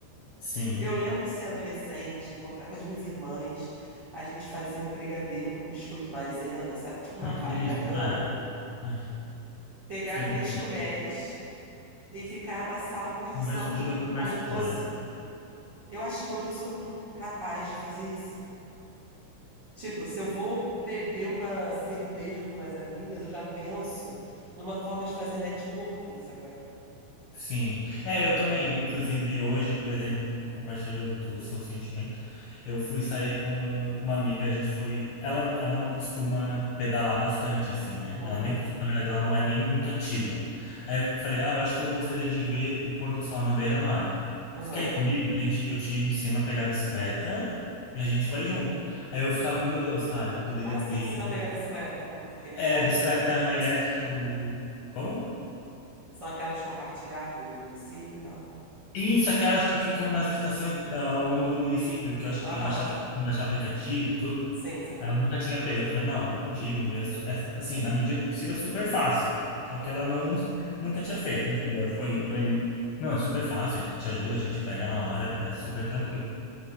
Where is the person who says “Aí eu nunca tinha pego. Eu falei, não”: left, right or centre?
Left